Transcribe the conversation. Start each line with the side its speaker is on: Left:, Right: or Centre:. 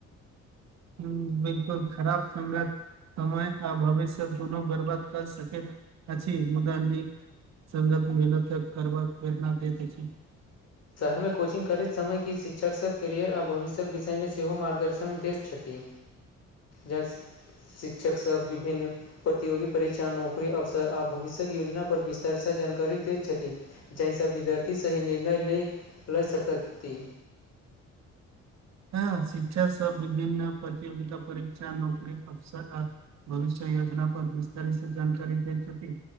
Right: हूं बिलकुल खराब संगत समय आ भविष्य दुनु बर्बक कर सकति अछि मुदा निक संगत मेहनत करमा करिणा दति अछि
Left: शहर मे कोचिंग करति समय कि शिक्षक सभ कैरियर आ भविष्यक विषय मे सेहो मार्गदर्शन दति छथि
Right: <inaudible>
Left: यस शिक्षक सभ विभिन्न प्रतियोगी परीक्षा नौकरी अवसर आ भविष्यक योजना पर विस्तार जानकारी दति छथि जहिसँ विद्यार्थी सही निर्णय लय लै सकती
Right: ह शिक्षा सब विभिन्न प्रतियोगिता परीक्षा नौकरी अवसर रा भविष्य योजना पर विस्तर स जानकारी दैछथी